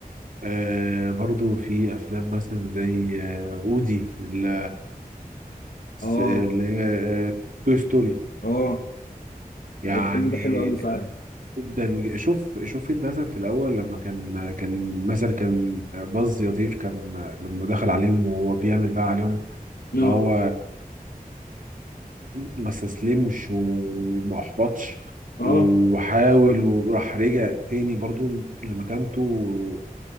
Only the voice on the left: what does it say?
اه
اه
الفيلم ده حلو قوي فعلا
اه
اه